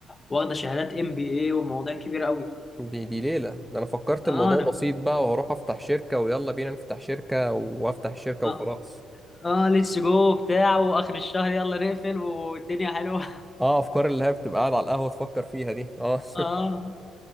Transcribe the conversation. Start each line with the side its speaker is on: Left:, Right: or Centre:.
Left: واخدة شهادات ام بي اي ومواضيع كبيرة قوي
Centre: دي دي ليلة ده انا فكرت
Left: اه
Centre: الموضوع
Left: انا
Centre: بسيط بقى وهروح افتح شركة ويلا بينا نفتح شركة وافتح شركة
Left: اه,
Centre: وخلاص
Left: آه ليتس جو بتاع واخر الشهر يلا نقفل والدنيا حلوة
Centre: اه افكار اللي هي بتبقى قاعد على القهوة تفكر فيها دي اه <laughs>
Left: اه